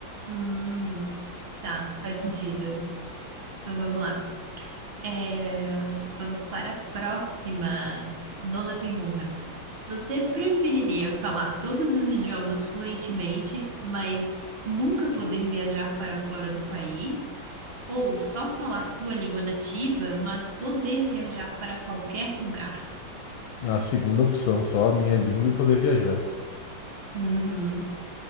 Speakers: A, on the right; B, on the left.
A: Hum, tá, faz sentido. Então vamos lá. É, vamos para a próxima. Nona pergunta. Você preferiria falar todos os idiomas fluentemente, mas nunca poder viajar para fora do país? Ou só falar sua língua nativa, mas poder viajar para qualquer lugar?
B: A segunda opção, só a minha língua e poder viajar.
A: Uhum.